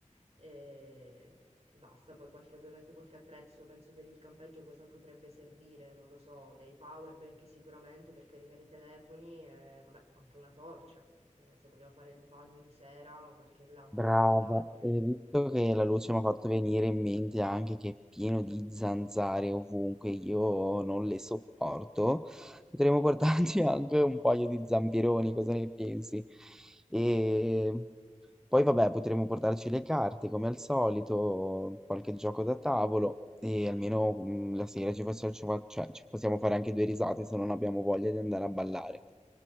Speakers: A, on the right; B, in the centre.
A: e, e basta. Poi qualche- ovviamente qualche attrezzo, penso per il campeggio cosa potrebbe servire, non lo so, dei power bank sicuramente per caricare i telefoni e vabbè, anche una torcia, eh, se vogliamo fare il bagno di sera o qualche lampada
B: brava.
A: portatile.
B: E visto che
A: Che dici?
B: la luce mi ha fatto venire in mente anche che è pieno di zanzare ovunque, io non le sopporto, potremmo portarci <laughs> anche un paio di zampironi, cosa ne pensi? E poi vabbè, potremmo portarci le carte come al solito, qualche gioco da tavolo e almeno mm, la sera ci faccia- ci fa- cioè, ci possiamo fare anche due risate se non abbiamo voglia di andare a ballare.